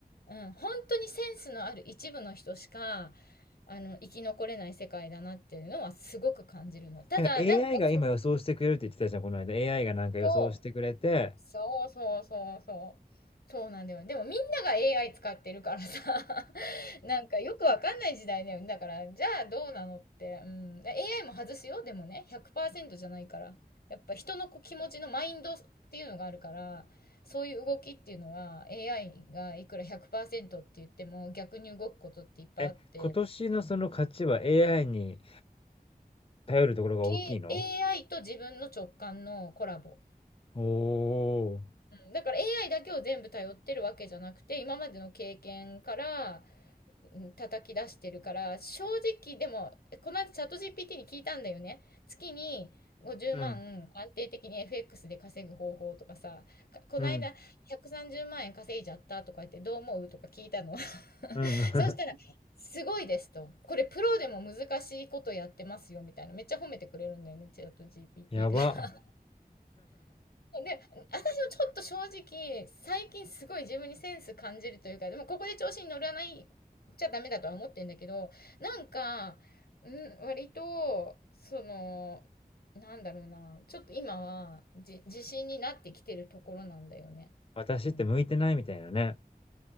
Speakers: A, on the left (about 85°); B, on the left (about 40°).
A: うん、本当にセンスのある一部の人しか、あの、生き残れない世界だなっていうのはすごく感じるの。ただ、
B: なんか AI
A: なんかそ、
B: が今予想してくれるって言ってたじゃん、この間。AI がなんか予想してくれて、
A: そうそうそうそうそう。そうなんだよ。でもみんなが AI 使ってるからさ、<laughs> なんかよくわかんない時代だよね。だから、じゃあどうなのって。うん。AI も外すよ。でもね、100%じゃないから。やっぱ人のこう気持ちのマインドっていうのがあるから、そういう動きっていうのは AI がいくら100%って言っても逆に動くことっていっぱいあって、
B: え、今年のその価値は AI に頼るところが大きいの
A: け AI と自分の直感のコラボ。
B: おお。
A: だから AI だけを全部頼ってるわけじゃなくて、今までの経験からうん叩き出してるから、正直でも、この間チャット GPT に聞いたんだよね。月に50万安定的に
B: うん、
A: FX で稼ぐ方法とかさ、かこの間130万円稼いじゃったとか言ってどう思うとか聞いたの。
B: うん、
A: <laughs>
B: うん。<laughs>
A: そしたら、すごいですと。これプロでも難しいことやってますよみたいな。めっちゃ褒めてくれるんだよね、チャット GPT
B: やば。
A: が。で、私もちょっと正直、最近すごい自分にセンス感じるというか、でもここで調子に乗らないちゃダメだとは思ってんだけど、なんか、うん、割と、その、なんだろうな、ちょっと今はじ、自信になってきてるところなんだよね。
B: 私って向いてないみたいなね。
A: うん。